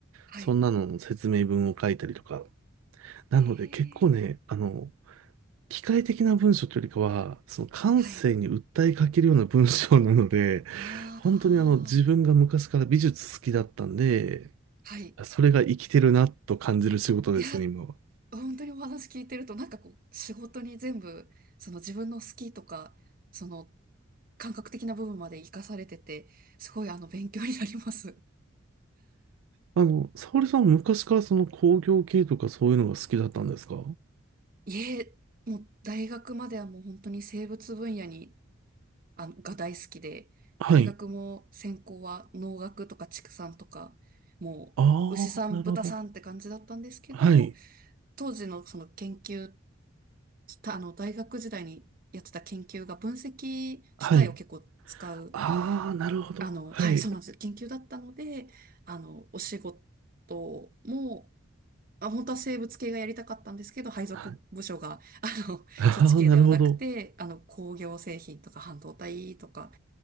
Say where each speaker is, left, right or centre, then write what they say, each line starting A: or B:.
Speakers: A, on the right (about 45°); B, on the right (about 80°).
A: はい。
B: そんなのの説明文を書いたりとか。なので結構ね、
A: ええ
B: あの、機械的な文章というよりかは、その感性に訴えかけるような文章なので、
A: はい。あ
B: 本当にあの自分が昔から美術好きだったんで、
A: あ、はい。
B: それが生きてるなと感じる仕事ですね、
A: いや、
B: 今は。
A: 本当にお話聞いてると、なんかこう、仕事に全部、その自分の好きとか、その感覚的な部分まで活かされてて、すごいあの、勉強になります。
B: あの、沙織さん昔からその工業系とかそういうのが好きだったんですか
A: <laughs> いえ、もう大学まではもう本当に生物分野に、あの、が大好きで、
B: はい。
A: 大学も専攻は農学とか畜産とか、もう牛さん、
B: ああ、なるほど。
A: 豚さんって感じだったんですけど、
B: はい。
A: 当時のその研究ちょっとあの、大学時代にやってた研究が分析機械を結構使う、
B: はい。ああ、なるほど。
A: あの、
B: はい。
A: はい、そうなんです。研究だったので、あの、お仕事も、あ、本当は生物系がやりたかったんですけど、配属部署が、
B: あ
A: <laughs> あの、
B: あー、
A: そっち系ではなくて、
B: なるほど。
A: あの、工業製品とか半導体とか